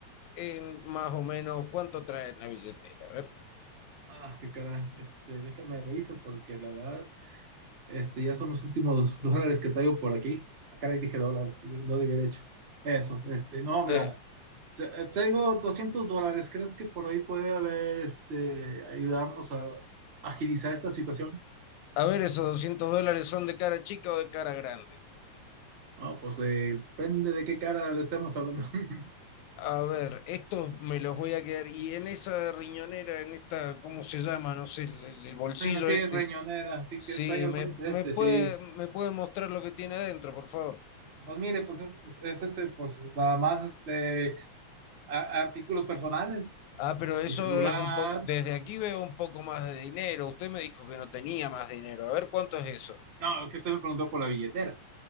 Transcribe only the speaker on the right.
Ah, qué caray, este, déjeme reviso porque la verdad Este, ya son los últimos dólares que traigo por aquí. Ah, Caray, dije dólares, no debí haber hecho. Eso, este, no, mira,
tra- eh, traigo 200 dólares. ¿Crees que por ahí puede haber, este, ayudarnos a agilizar esta situación?
No, pues eh, depende de qué cara le estemos hablando. <laughs>
Bueno, sí,
es riñonera, sí
que está ahí al
frente
este,
sí.
Pues mire, pues es, es este, pues nada más este, a- artículos personales,
mi celular.
No, es que usted me preguntó por la billetera,